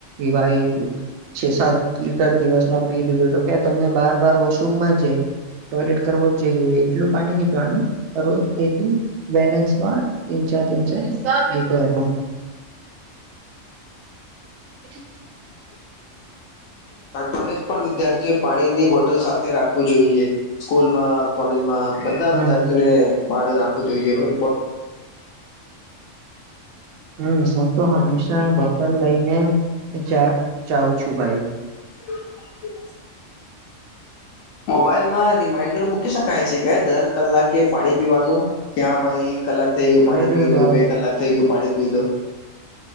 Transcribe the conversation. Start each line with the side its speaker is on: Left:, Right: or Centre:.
Right: એ ભાઈ છે સાત લીટર દિવસમાં પી દીધું તો ક્યાં તમને બાર બાર વોશરૂમમાં જાય ટોયલેટ કરવું જઈએ, એટલું પાણી ન રોજ ડલી બેલેન્સ માં તન ચારન ચાર રીટ <unintelligible>
Left: કોલેજ પણ વિદ્યાર્થીઓ પાણીની બોટલ સાથે રાખવું જોઈએ, સ્કૂલમાં કોલેજમાં બધા
Right: હમ
Left: વિદ્યાર્થીઓને બાળ રાખવું જોઈએ, ભ
Right: હમ્મ હ તો હંમેશા બોટલ લઈને જાઉં છું ભાઈ.
Left: <unintelligible> મોબાઈલમાં રિમાઈન્ડર મૂકી શકાય છે? કે દર કલાકે પાણી પીવાનું ક્યાં ભાઈ, એક કલાક થઈ ગયું પાણી
Right: અરે
Left: પીલું
Right: ભાઈ
Left: બે કલાક થઈ ગયું પાણી પીલું